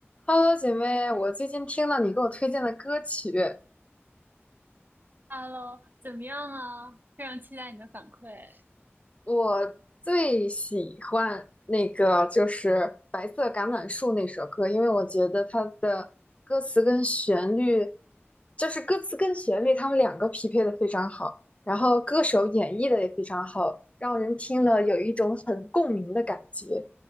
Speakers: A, on the left; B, on the right.
A: Hello，姐妹，我最近听了你给我推荐的歌曲，
B: Hello，怎么样啊？非常期待你的反馈，
A: 我最喜欢那个就是《白色橄榄树》那首歌，因为我觉得它的歌词跟旋律，就是歌词跟旋律，它们两个匹配的非常好，然后歌手演绎的也非常好，让人听了有一种很共鸣的感觉。